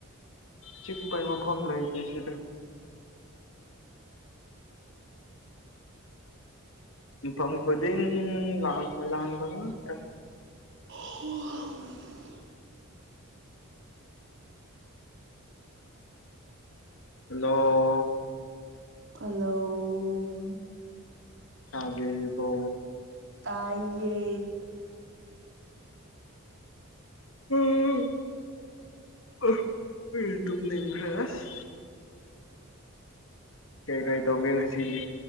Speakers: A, on the left; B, on the right.
A: ꯆꯤꯛꯄ ꯃꯐꯝ ꯂꯩꯇꯦ ꯁꯤꯗ ꯃꯐꯝ ꯈꯨꯗꯤꯡ ꯂꯥꯡꯕ ꯂꯥꯡꯕ ꯉꯥꯛꯇ
B: <unintelligible>
A: ꯍꯅꯣ
B: ꯍꯂꯣ ꯎꯝ
A: ꯇꯥꯕꯤꯔꯤꯕꯣ
B: ꯇꯥꯏꯌꯦ
A: <unintelligible> ꯑꯩ ꯇꯨꯝꯅꯤꯡꯈ꯭ꯔꯦ ꯑꯁ ꯀꯩ ꯀꯩ ꯇꯧꯒꯦ ꯉꯁꯤꯗꯤ